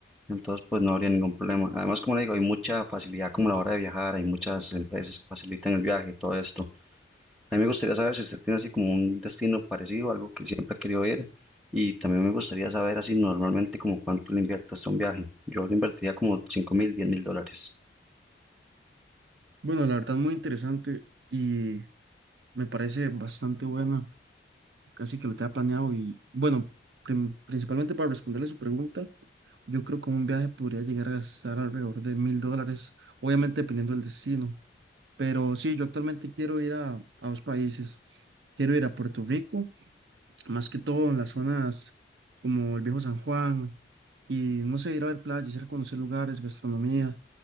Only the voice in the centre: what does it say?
Entonces, pues no habría ningún problema. Además, como le digo, hay mucha facilidad como a la hora de viajar, hay muchas empresas que facilitan el viaje y todo esto. A mí me gustaría saber si usted tiene así como un destino parecido, algo que siempre ha querido ir. Y también me gustaría saber así normalmente como cuánto le invierte usted a un viaje. Yo le invertiría como cinco mil, diez mil dólares.